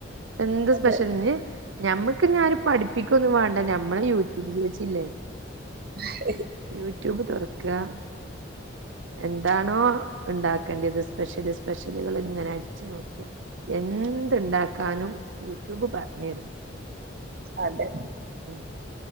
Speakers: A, on the right; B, on the right.
A: എന്ത്
B: അതെ
A: സ്പെഷ്യലി ഞമ്മക്ക് ഞാൻ പഠിപ്പിക്കൊന്നും വേണ്ട ഞമ്മളെ യൂട്യൂബ് ചേച്ചില്ലേ
B: അ <inaudible>
A: യൂട്യൂബ് തുറക്കുക എന്താണോ ഉണ്ടാക്കേണ്ടിയത് സ്പെഷ്യല് സ്പെഷ്യലുകൾ ഇങ്ങനെ അടിച്ചു നോക്കിയ എന്തുണ്ടാക്കാനും യൂട്യൂബ് പറഞ്ഞു തരും
B: അതെ
A: ഉം